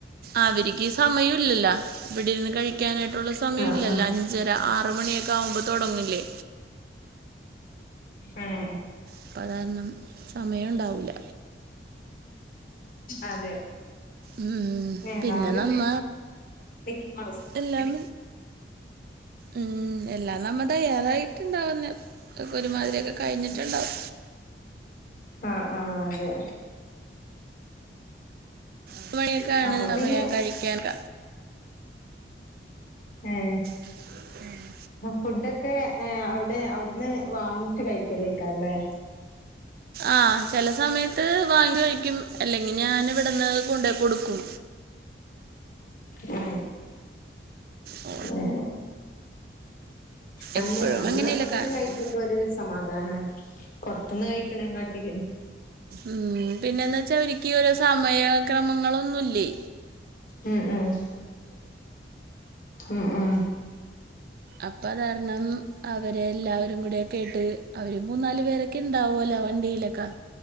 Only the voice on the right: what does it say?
അവരിക്ക് സമയം ഇല്ലല്ലോ ഇവിടെര്ന്ന് കഴിക്കാനായിട്ടുള്ള സമയം
ഇല്ലല്ലോ.
ഞ്ചര ആറുമണിയൊക്കെ ആവുമ്പോ തൊടങ്ങില്ലേ?
അപ്പ അതാരണം സമയം ഇണ്ടാവൂല്ല.
ഉം
പിന്നെ നമ്മ
എല്ലാം ഉം എല്ലാം നമ്മ തയ്യാറായിട്ട് ണ്ടാവന്നെ. ഇതൊക്കെ ഒരുമാതിരിയൊക്കെ കഴിഞ്ഞിട്ട്ണ്ടാവു.
ഒരു മണിയൊക്കെ ആണ്
സമയം
കഴിക്കാല്ല.
<inaudible>
ആഹ് ചെല സമയത്ത് വാങ്ങി കഴിക്കും. അല്ലെങ്കി ഞാനിവ്ട്ന്ന് കൊണ്ടോയ് കൊട്ക്കും.
ഓ,
എപ്പോഴും
അങ്ങനെയല്ല
കാരണം
ഉം പിന്നെന്താ വെച്ചാ ഇവരിക് ഓരോ സമയ ക്രമങ്ങളൊന്നുല്ലേ.
അപ്പതാര്ണം അവരെല്ലാവരും കൂടെ കേട്ട് അവര് മൂന്നാല് പേരൊക്കെ ഇണ്ടാവല്ലോ വണ്ടിയിലൊക്കെ